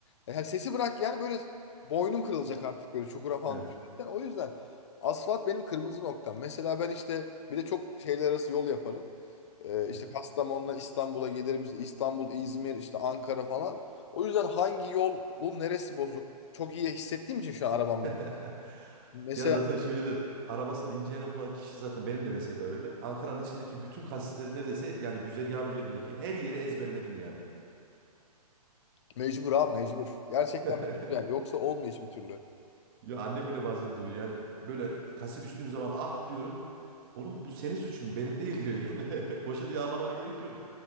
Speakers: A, on the left; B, on the right.
A: e, her sesi bırak yani böyle boynum kırılacak artık böyle çukura falan
B: Evet.
A: düşmekten. O yüzden asfalt benim kırmızı noktam. Mesela ben işte bir de çok şeyler arası yol yaparım. Ee, işte
B: Aha.
A: Kastamonu'dan İstanbul'a gelirim İşte İstanbul, İzmir, işte Ankara falan. O yüzden hangi yol, bu neresi bozuk? Çok iyi hissettiğim için şu an arabam
B: <laughs>
A: benim. Mesela
B: Ya zaten şöyledir. Arabasında ince yanak olan kişi zaten benim de mesela öyle. Ankara'nın içindeki bütün kasisleri neredeyse yani güzergahım üzerindeki her yeri ezberledim yani.
A: mecbur abi mecbur. Gerçekten
B: <laughs>
A: mecbur yani. Yoksa olmuyor hiçbir türlü.
B: Ya annem bile bazen diyor yani böyle kase düştüğüm zaman ah diyorum. Oğlum bu senin suçun benim değil diyor yani. <laughs> Boşa diye ağlamana gerek yok.